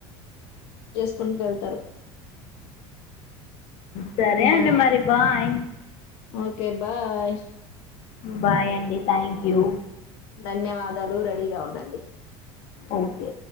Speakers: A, on the left; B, on the left.
A: తీసుకుంటూ వెళ్తారు
B: సరే
A: మనం
B: అన్న మరి బాయ్
A: ఓకే బాయ్
B: బాయ్ అండి థ్యాంక్ యూ
A: ధన్యవాదాలు రెడీగా ఉండండి
B: ఓకె